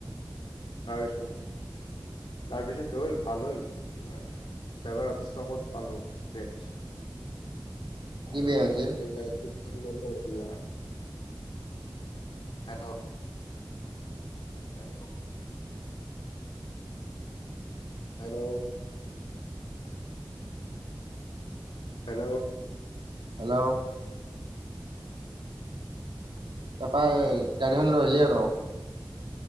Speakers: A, on the left; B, on the right.
A: আহিছো ৰ। তাৰপিছত হ'ল ভাল হ'ল, ভেবেৰাঘাতৰ চকত পালো গেৰেজ। তাৰপিছত
B: কি বেয়া হৈছিল
A: তাতে গড়ী ঠিক <unintelligible> hello, hello. Hello? Hello?
B: Hello? তাৰপাই গাড়ীখন লৈ আহিলি আৰু।